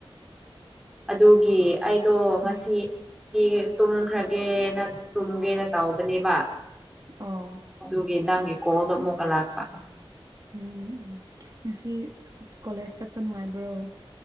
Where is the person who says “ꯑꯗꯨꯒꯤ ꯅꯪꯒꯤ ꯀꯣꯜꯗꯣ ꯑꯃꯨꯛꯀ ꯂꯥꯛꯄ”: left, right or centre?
Centre